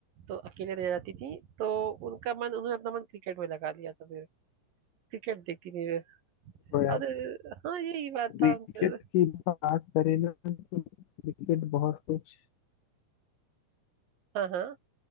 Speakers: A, on the right; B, on the left.
A: तो अकेले रह जाती थी तो उनका मन उन्होंने अपना मन क्रिकेट में लगा लिया था फिर क्रिकेट देखती नहीं मैं
B: तो यार
A: और हाँ यही बात
B: क्रिकेट
A: था अंकल
B: की बात करें ना तो क्रिकेट बहुत कुछ
A: हाँ हाँ